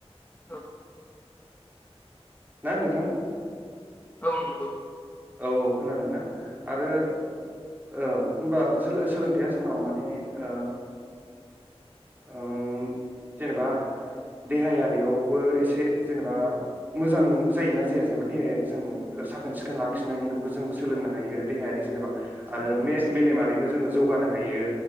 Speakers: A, on the left; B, on the right.
A: औ
B: ना नोंथां
A: औ नंगौ
B: औ औ खोनादों ना आरो औ होमबा जोंना सोलोंथायाइया जोंनाव माने ओ ओ जेनेबा देहायारियावबो एसे जेनेबा मोजां जायोना जाया जेनेबा देहायारि जों साखोन-सिखोन खोन लाखिनायखौबो जों सोलोंनो हायो देहायारि जेनबा आरो मे मेलेमारिबो जौगानो हायो